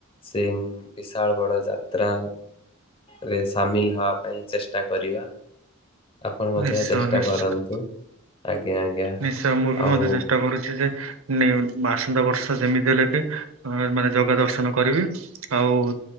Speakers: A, on the left; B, on the right.
A: ସେ ବିଶାଳ ବଡ ଯାତ୍ରା। ରେ ସାମିଲ ହବା ପାଇଁ ଚେଷ୍ଟା କରିବା। ଆପଣ ମଧ୍ୟ
B: ନିଶ୍ଚୟ
A: ଚେଷ୍ଟା
B: ନିଶ୍ଚୟ।
A: କରନ୍ତୁ ଆଜ୍ଞା ଆଜ୍ଞା।
B: ନିଶ୍ଚୟ ମୁଁ ବି
A: ଆଉ
B: ମଧ୍ୟ ଚେଷ୍ଟା କରୁଛି ଯେ ନିଉତି ଆସନ୍ତା ବର୍ଷ ଯେମିତି ହେଲେ ବି ମାନେ ଜଗା ଦର୍ଶନ କରିବି। ଆଉ